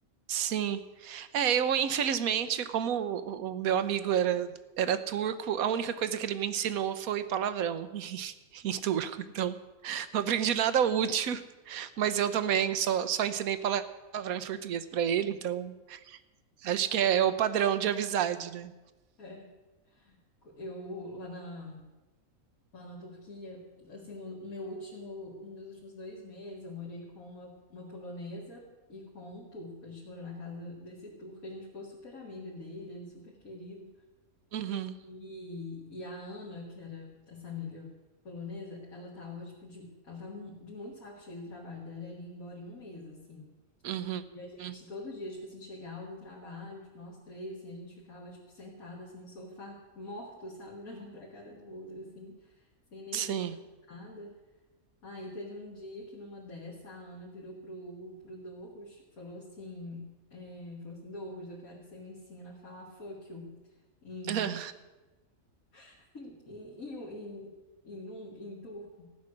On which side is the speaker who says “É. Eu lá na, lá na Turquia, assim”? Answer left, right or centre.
Left